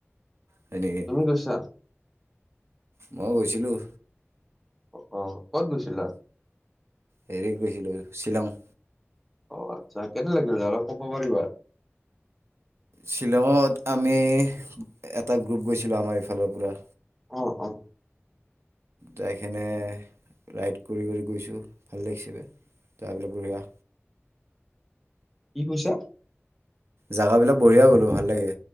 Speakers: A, on the right (about 65°); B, in the centre.
A: হয় নেকি
B: তুমি গৈছা।
A: মই গৈছিলোঁ।
B: অ'- অ'। ক'ত গৈছিলা?
A: হেৰিত গৈছিলো শ্বিলং।
B: অ' আচ্ছা কেনে লাগিল অলপ ক'ব পাৰিবা।
A: শ্বিলঙত আমি এটা গ্ৰুপ গৈছিলো আমাৰ ইফালৰ পৰা।
B: অ - অ।
A: যাইখনে ৰাইড কৰি কৰি গৈছো ভাল লাগিছে। যাবিল বঢ়া।
B: কি কৈছা?
A: জেগাবিলাক বঢ়িয়াই গ'লো ভাল লাগে।